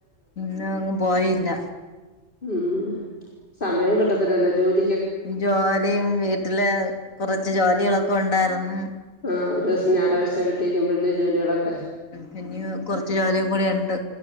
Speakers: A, on the left; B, on the left.
A: ഇന്ന അങ്ങ് പോയില്ല.
B: ഉം.. സമയം കിട്ടത്തില്ലല്ലോ ജോലി.
A: ജോലിയും വീട്ടില് കുറച്ച് ജോലികളൊക്കെ ഉണ്ടായിരുന്നു.
B: ആ.. ഒരു ദിവസം ഞായറാഴ്ച വീട്ടീക്കും വല്യ ജോല്യേളൊക്കെ.
A: പിനിയേം കൊറച് ജോലിയും കൂടി ഉണ്ട്.